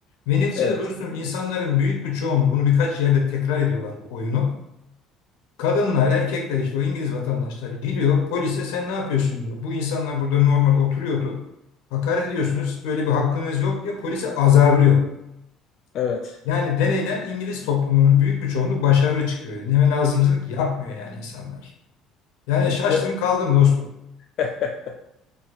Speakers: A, on the left; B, on the left.
A: Ve neticede
B: evet,
A: dostum insanların büyük bir çoğunluğu bunu birkaç yerde tekrar ediyorlar bu oyunu. Kadınlar, erkekler işte o İngiliz vatandaşları gidiyor polise sen ne yapıyorsun diyor. Bu insanlar burada normal oturuyordu. Hakaret ediyorsunuz böyle bir hakkınız yok diye polise azarlıyor.
B: evet.
A: Yani deneyden İngiliz toplumunun büyük bir çoğunluğu başarılı çıkıyor. Neme lazımcılık yapmıyor yani insanlar. Yani
B: Bizde
A: şaştım kaldım dostum.
B: <laughs>